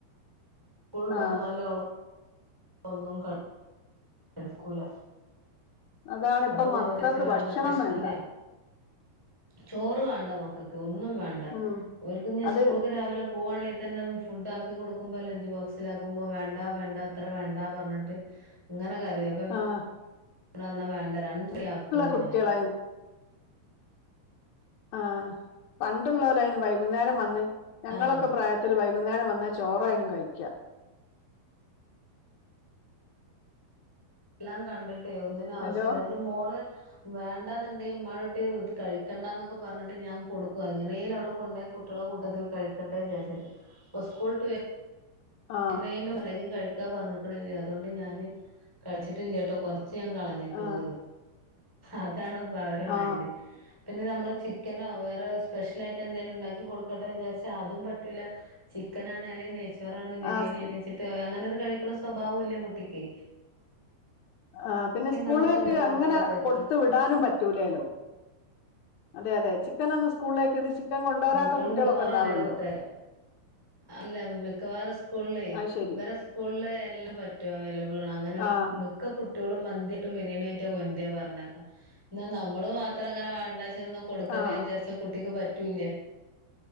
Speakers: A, in the centre; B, on the left.
A: സ്കൂള്ട്ട്
B: ആ
A: വന്നാലോ <unintelligible> ഒന്നും ക കഴിക്കൂല
B: അതാണ് ഇപ്പൊ
A: അപ്പ ഞാൻ
B: മക്കൾക്ക്
A: ഒരൊച്ചപ്പാട്
B: ഭക്ഷണം
A: ഇണ്ടാക്കും വെഷക്ക്ണ്ല്ലേ
B: വേണ്ട
A: ർഞ്ഞ്. ചോറ് വാണ്ട മക്കൾക്ക് ഒന്നും വാണ്ട
B: ഉം
A: ഓൽക്ക് ഇഞ്ഞ്
B: അത്
A: സ്കൂൾക്ക് രാവിലെ പോവാണേ തന്നെ ഫുഡ് ആക്കി കൊടുക്കുമ്പോ ലഞ്ച് ബോക്സില ആക്കുമ്പോ വേണ്ട വേണ്ട അത്ര വേണ്ട പർഞ്ഞിട്ട് ഇങ്ങനെ കരയും
B: ആഹ്
A: <unintelligible> ആക്കുള്ളൂ
B: കുട്ടികളായും
A: ഞാന്
B: ആ പണ്ട്ള്ളോലയ്ന് വൈകുന്നേരം വന്ന് ഞങ്ങളൊക്കെ
A: ആഹ്
B: പ്രായ ത്തിൽ വൈകുന്നേരം വന്നാ ചോറായ്നും കഴിക്ക.
A: എല്ലാം കണ്ട്ട്ടേ ഒന്നിനും ആവശ്യല്ല
B: ഹലോ
A: അതിന്റെ മോള് വേണ്ടാന്ന്ണ്ടെങ്കി ഇമ്മാളെകുട്ടി കഴിക്കണ്ടാന്നൊക്കെ പർഞ്ഞിട്ട് ഞാൻ കൊടുക്കു എങ്ങനെലും അഒടെ കൊണ്ടയ കൊട് കുട്ട്യളെ കൂട്ടത്തില് കഴിക്കട്ടെ വിചാര്ച്ചിട്ട് അപ്പോ സ്കൂള്ട്ട് വെ
B: ആ
A: പിന്നെ <unintelligible> കഴിക്കാ പർഞ്ഞ്ക്ക്ണില്ല അതോണ്ട് ഞാന് കഴിച്ചിട്ടില്ലട്ടോ കൊർച്ച് <unintelligible> കളഞ്ഞിക്ക്ണ്
B: ആ
A: അതാണ് പ അവരെ
B: ആ
A: മൈൻഡ് പിന്നെ നമ്മള് ചി ചിക്കനോ വേറെ സ്പെഷ്യൽ ആയിട്ട് എന്തേലും ഇണ്ടാക്കി കൊടുക്കട്ടെ വിചാരിച്ചാ അതും പറ്റൂല. ചിക്കനാണ് അല്ലെങ്കിൽ നെയ്ച്ചോറാണ് ബിരിയാണിണ്ച്ചിട്ട്
B: ആ സ്കൂ-
A: അങ്ങനെ ഒരു കഴിക്ക്ണ സ്വഭാവം ഇല്ലേ കുട്ടിക്കേ.
B: ആ പിന്നെ സ്കൂളിലേക്ക്
A: നമുക്ക് എന്താക്കി
B: അങ്ങനെ
A: കൊടുക്കാ വിചാരിക്കാം
B: കൊടുത്തു വി ടാനും പറ്റൂലേലോ അതെ അതെ ചിക്കനൊന്നും സ്കൂള്ലേക്ക് ഇത് ചി ക്കൻ കൊണ്ടോരാത്ത
A: കുട്ടികള്
B: കുട്ട്യളൊക്കെ
A: മിക്കവാറും
B: ഇണ്ടാവല്ലോ.
A: അങ്ങനെയാണ് കൊടുത്തയക്ക അല്ല മിക്കവാറും സ്കൂള്ലേ
B: അത് ശരി
A: ഇവരെ സ്കൂള്ല് എല്ലം പറ്റും <unintelligible> അങ്ങനെ
B: ആഹ്
A: മ്ക്ക് ഒക്കെ കുട്ട്യളും മന്തിയായിട്ടും ബിരിയാണി ആയിട്ടും <unintelligible> പർഞ്ഞേക്കാ. ഇന്നാ നമ്മള് മാത്രം അങ്ങനെ വേണ്ടാച്ചിന്ന് കൊടുക്കട്ടെ
B: ആഹ്
A: വിചാരിച്ച കുട്ടിക്ക് പറ്റൂല്ല.